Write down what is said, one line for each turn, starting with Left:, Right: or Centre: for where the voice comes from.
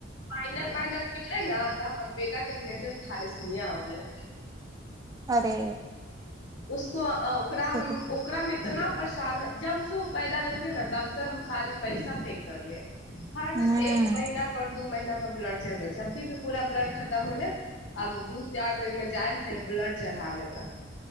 Left: माइनर माइनर मिलै न बा हमर बेटा मेजर थालसिमियां हो गेलै
Right: अरे
Left: उसको अ ओकरा
Right: तब त
Left: ओकरामे तऽ ना परेशान जब से उ पैदा लेलकै न तब से हम खाली पैसा फेक रहलियै हर
Right: ह
Left: एक महिना पर दू महिना पर ब्लड चढ़बै छियै जब भी भी पूरा ब्लड खतम होलै आब दू चार दिनमे जाइम फेर ब्लड चढ़ाबे ओकरा